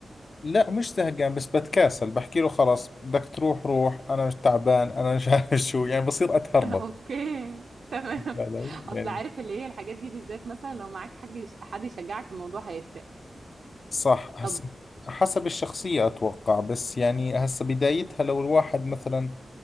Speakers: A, on the left (about 50°); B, on the right (about 75°).
A: لا مش زهقان بس بتكاسل بحكي له خلاص بدك تروح روح انا مش تعبان انا مش <laughs> عارف شو يعني بصير اتهرب
B: <laughs> اوكي تمام
A: علي؟ يعني
B: اصل عارف اللي هي الحاجات دي بالذات مثلا لو معاك حد يش- حد يشجعك الموضوع هيفرق
A: صح هسه
B: طب
A: حسب الشخصية أتوقع بس يعني هسه بدايتها لو الواحد مثلا